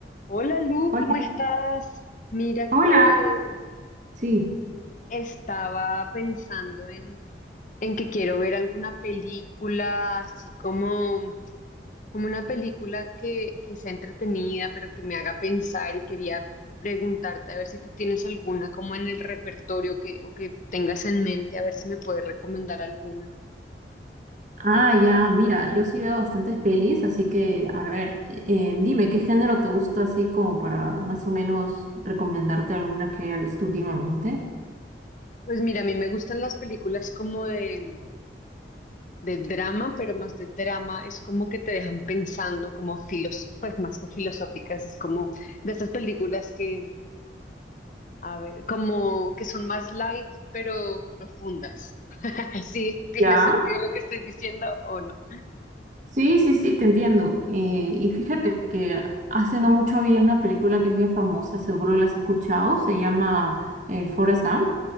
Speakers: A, on the left; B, on the right.
A: Hola Lu,
B: Hola,
A: ¿cómo estás? Mira
B: hola,
A: que
B: sí.
A: estaba pensando en, en que quiero ver alguna película, así como, como una película que, que sea entretenida, pero que me haga pensar y quería preguntarte a ver si tú tienes alguna como en el repertorio que, o que tengas en mente, a ver si me puedes recomendar alguna.
B: Ah, ya, mira, yo sí veo bastantes pelis, así que, a ver, eh, dime, ¿qué género te gusta así como para más o menos recomendarte alguna que haya visto últimamente?
A: Pues mira, a mí me gustan las películas como de, de drama, pero más de drama, es como que te dejan pensando, como filos, pues más que filosóficas, es como de estas películas que, a ver, como que son más light, pero profundas. <laughs> ¿Sí tiene
B: Ya.
A: sentido lo que estoy diciendo o no?
B: Sí, sí, sí, te entiendo. Eh, y fíjate que hace no mucho vi una película que es bien famosa, seguro la has escuchado, se llama eh, Forrest Gump.